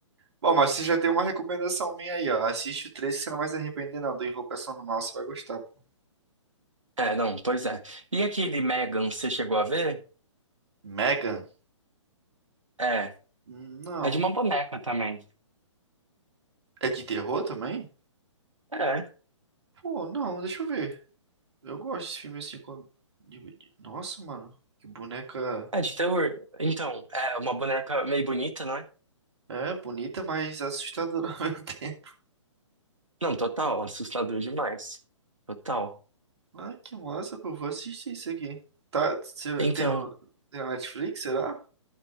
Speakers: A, on the right; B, on the right.
A: Bom, mas você já tem uma recomendação minha aí, ó. Assiste o 3 que você não vai se arrepender, não. Do Invocação do Mal, você vai gostar. pô.
B: É, não, pois é. E aquele Megan, você chegou a ver?
A: Megan?
B: É,
A: Não.
B: é de uma boneca também.
A: É de terror também?
B: É,
A: Pô, não, deixa eu ver. Eu gosto desse filme assim. quando- de- de- Nossa, mano. Que boneca.
B: é de terror. Então, é uma boneca meio bonita, não é?
A: É, bonita, mas assustadora <laughs> ao mesmo tempo.
B: Não, total, assustador demais. Total.
A: Ah, que massa, pô. Vou assistir isso aqui. Tá, você
B: Então,
A: tem no, tem na Netflix, será?